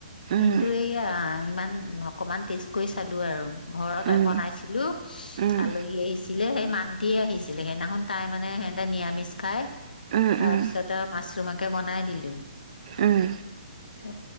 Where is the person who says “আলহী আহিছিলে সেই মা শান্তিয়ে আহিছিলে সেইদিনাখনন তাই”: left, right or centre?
Left